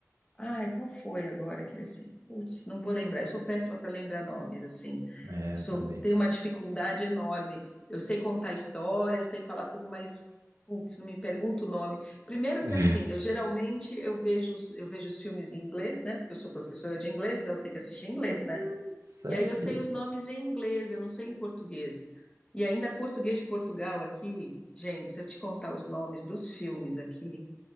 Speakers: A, on the left; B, on the right.
A: Ai, qual foi agora que ele assistiu? Putz, não vou lembrar. Eu sou péssima para lembrar nomes, assim.
B: É,
A: Eu sou,
B: eu também.
A: tenho uma dificuldade enorme. Eu sei contar história, eu sei falar tudo, mas, putz, não me pergunta o nome. Primeiro
B: <laughs>
A: que, assim, eu geralmente eu vejo, os- eu vejo os filmes em inglês, né? Porque eu sou professora de inglês, então eu tenho que assistir em inglês,
B: Ah,
A: né?
B: Sério?
A: E aí eu sei os nomes em inglês, eu não sei em português. E ainda português de Portugal aqui, gente, se eu te contar os nomes dos filmes aqui,